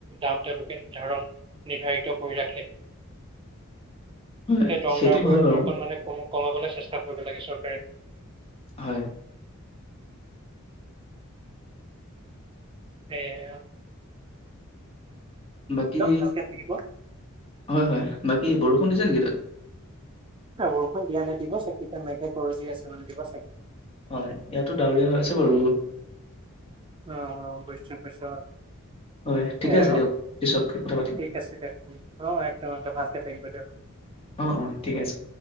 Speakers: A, on the right; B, on the left.
A: দাম তেওঁলোকে নিৰ্ধাৰণ- নিৰ্ধাৰিত কৰি ৰাখে।
B: হয়
A: সেই দৰকাৰ
B: সেইটো
A: বোৰ
B: হয় বাৰু
A: অকণমানে কম কমাবলৈ চেষ্টা কৰিব লাগে চৰকাৰে।
B: হয়
A: সেয়ে আৰু।
B: বাকী,
A: ভালকে থাকিব
B: হয় হয় বাকী বৰষুণ দিছে নেকি তাত?
A: বৰষুণ দিয়া নে দিব চাগে এতিয়া মেঘে গৰজি আছে মানে দিব চাগে।
B: হয় ইয়াতো ডাৱৰীয়া হৈ আছে বাৰু বহুত।
A: অ বুইছো বুইছোঁ অ <unintelligible>
B: হয় ঠিকে
A: এ
B: আছে
A: অ
B: দিয়ক পিছতকে কথা পাতিম
A: ঠিক আছে দিয়ক অ একদম একদম ভালকে থাকিব দিয়ক।
B: অ অ ঠিকে আছে।